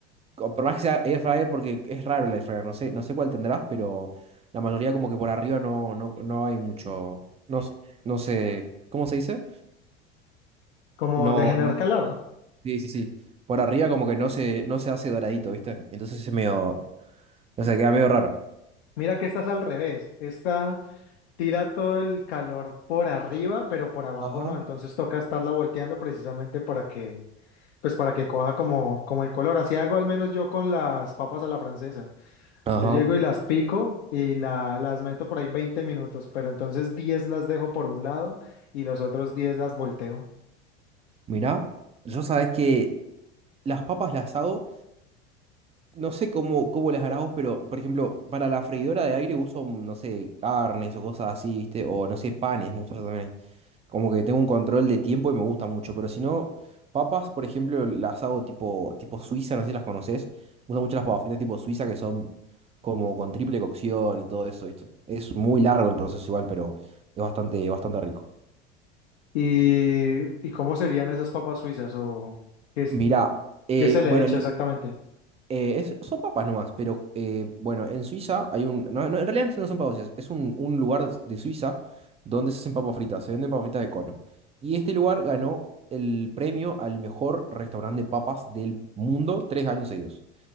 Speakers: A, on the right (about 20°); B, on the left (about 70°).
A: Co- Por más que sea air fryer, porque es raro el air fryer, no sé, no sé cuál tendrás, pero la mayoría como que por arriba no, no, no hay mucho, no, s- no sé, ¿cómo se dice?
B: Como
A: No,
B: de generar
A: no-
B: calor.
A: sí, sí, sí. Por arriba como que no se, no se hace doradito, ¿viste? Entonces es medio, o sea, queda medio raro.
B: Mira que esta es al revés. Esta tira todo el calor por arriba, pero por abajo
A: Ajá.
B: no. Entonces toca estarla volteando precisamente para que Pues para que coja como, como el color. Así hago al menos yo con las papas a la francesa.
A: Ajá,
B: Yo llego y las pico y la- las meto por ahí 20 minutos, pero entonces diez las dejo por un lado y los otros 10 las volteo.
A: mirá, yo sabes que las papas las hago, No sé cómo, cómo las harás vos, pero por ejemplo, para la freidora de aire uso, mm, no sé, carnes o cosas así, ¿viste? O no sé, panes, me gusta hacer también. Como que tengo un control de tiempo y me gusta mucho. Pero si no, papas, por ejemplo, las hago tipo, tipo suiza, no sé si las conoces. Me gustan mucho las papas fritas tipo suiza que son como con triple cocción y todo eso, ¿viste? Es muy largo el proceso igual, pero es bastante, bastante rico.
B: ¿Y, y cómo serían esas papas suizas o qué, es-
A: mira eh,
B: qué se le
A: bueno,
B: echa exactamente?
A: Eh, es- son papas nomás, pero eh, bueno, en Suiza hay un... No, no, en realidad no son papas, fritas, es un, un lugar de Suiza donde se hacen papas fritas, se venden papas fritas de cono. Y este lugar ganó el premio al mejor restaurante de papas del mundo tres años seguidos.